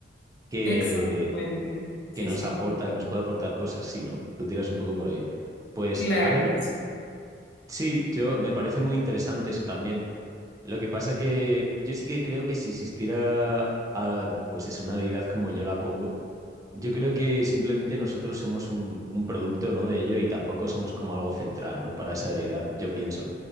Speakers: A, on the right; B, on the left.
A: que,
B: Exactamente. Sí,
A: que nos
B: sí.
A: aporta, que nos puede aportar cosas, sí, ¿no? Tú tiras un poco por ahí. Pues,
B: Claro.
A: a ver,
B: Sí,
A: sí, yo me parece muy interesante eso también. Lo que pasa que yo sí que creo que si existiera, ah, pues es una deidad como yo la pongo, yo creo que simplemente nosotros somos un, un producto, ¿no? de ello y tampoco somos como algo central, ¿no? para esa deidad, yo pienso.